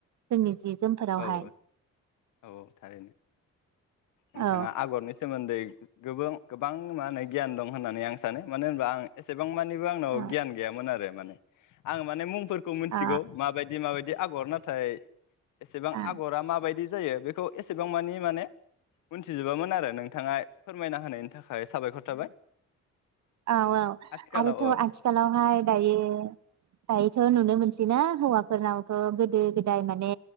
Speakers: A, on the right; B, on the left.
A: जोंनि जि जोमफोरावहाय
B: औओ औ थारैनो नोंथांङा
A: औ
B: आगरनि सोमोन्दै गोबों गोबां मा होनो गियान दं होननानै आं सानो मानो होनबा आं एसेबां मानि यो आंनाव
A: औ
B: गियान गैयामोन आरो माने आं माने मुं फोर खौ मिथिगौ
A: औ
B: माबायदि माबायदि दि आगर नाथाय एसेबां
A: औ
B: आगरा माबायदि जायो बे खौ एसेबां मानि माने मोनथिजोबामोन आरो नोंथांङा फोरमायना होनायनि थाखाय साबायखर थाबाय
A: औऔ
B: आथिखालाव
A: आरोथ
B: औ
A: आथिखालावहाय दायो दायोथ नुनो मोनसै ना? हौवाफोरनावथ गोदो गोदाय माने